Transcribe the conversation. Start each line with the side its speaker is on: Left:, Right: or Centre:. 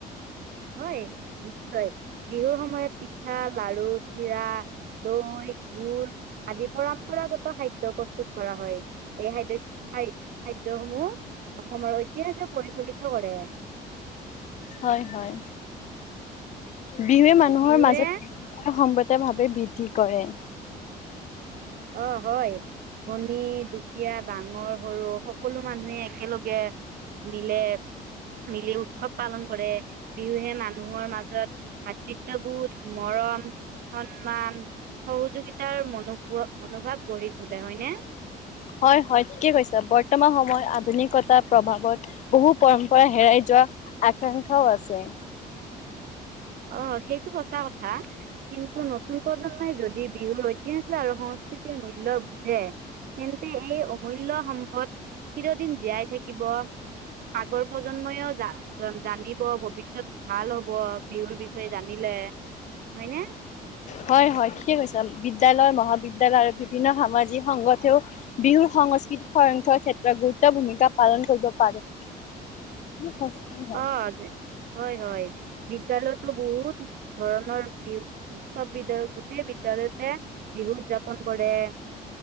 Right: হয় নিশ্চয় বিহুৰ সময়ত পিঠা লাৰু চিৰা দৈ গুুৰ আদি পৰম্পৰাগত খাদ্য প্ৰস্তুত কৰা হয়। এই খাদ্য খ খাদ্য সমূহ অসমৰ ঐতিহাসে পৰিফলিত কৰে।
Left: হয় হয় বিহুৱে
Right: হয়
Left: মানুহৰ
Right: বিহুৱে
Left: মাজত সম্বত ভাৱে বিধ। কি কৰে।
Right: অ হয় ধনী দুখীয়া ডাঙৰ সৰু সকলো মানুহে একেলগে মিলে, মিলি উৎসৱ পালন কৰে বিহুহে মানুহৰ মাজত ভাতৃত্ববোধ মৰম সন্মান সহযোগিতাৰ মনোভ। মনোভাৱ গঢ়ি তোলে হয়নে?
Left: হয় হয় ঠিকে কৈছা বৰ্তমান সময়ত আধুনিকতাৰ প্ৰভাৱত বহু পৰম্পৰা হেৰাই যোৱা আকাংক্ষাও আছে।
Right: আহ সেইটো সঁচা কথা কিন্তু নতুন প্ৰজন্মই যদি বিহুৰ ঐতিহাস্য আৰু সংস্কৃতিৰ মূল্য বুজে তেন্তে এই অমূল্য় সম্পদ চিৰদিন জীয়াই থাকিব। আগৰ প্ৰজন্মইও যান। জানিব ভৱিষ্যয়ত ভাল হ'ব। বিহুৰ বিষয়ে জানিলে। হয়নে?
Left: হয় হয় ঠিকে কৈছে বিদ্যালয় ম। মহাবিদ্যালয় আৰু বিভিন্ন সামাজিক সংগঠেও বিহুৰ সংস্কৃতিক সংখ্যক ক্ষেত্ৰত গুৰুত্ব ভূমিকা পালন কৰিব পাৰে। সস্থি হয়।
Right: অ', হয় হয় বিদ্যালয়তো বহুত ধৰণৰ বিহু উৎসৱ বিদ্যালয় গোটেই বিদ্যালয়তে বিহু উদযাপন কৰে